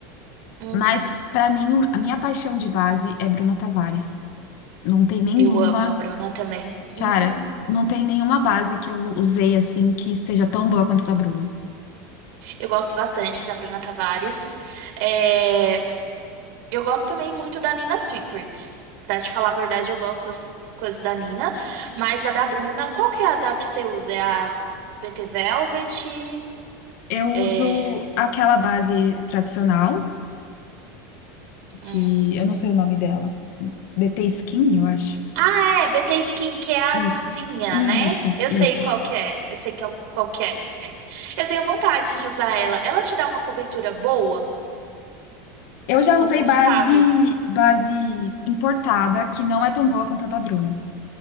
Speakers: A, on the right; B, on the left.
A: Uhum.
B: mas pra mim o- a minha paixão de base é Bruna Tavares. Não tem nenhuma,
A: Eu amo a Bruna também.
B: cara,
A: Uhum.
B: não tem nenhuma base que eu usei assim que esteja tão boa quanto da Bruna.
A: Eu gosto bastante da Bruna Tavares. É, eu gosto também muito da Nina Secrets. Pra te falar a verdade, eu gosto das coisas da Nina. Mas a da Bruna. Qual que é a da que você usa? É a BT Velvet?
B: Eu uso
A: É,
B: aquela base tradicional,
A: hum.
B: que eu não sei o nome dela. BT Skin, eu acho.
A: Ah, é, BT Skin, que é a
B: Isso.
A: azulzinha,
B: Isso,
A: né? Eu
B: isso.
A: sei qual que é. Eu sei que é o- qual que é. Eu tenho vontade de usar ela. Ela te dá uma cobertura boa,
B: Eu já
A: confortável.
B: usei base base importada, que não é tão boa quanto a da Bruna,